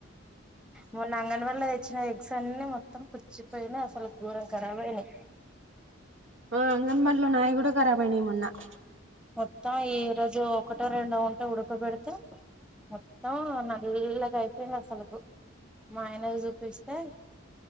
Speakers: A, in the centre; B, on the right (about 70°).
A: మొన్న అంగన్వాడి లో తెచ్చిన ఎగ్స్ అన్ని మొత్తం. మొత్తం పుచ్చి పోయిన అసలు. ఘోరంగా ఖరాబ్ అయినవి.
B: ఆ అంగన్వాడలో నాయి కూడా. ఖరాబ్ అయినాయి మొన్న. <inaudible>
A: మొత్తం ఈ రోజు ఒకటో రెండో ఉంటే ఉడకబెడితే మొత్తం నల్లగా అయిపోయింది. అసలు మా ఆయనకి చూపిస్తే.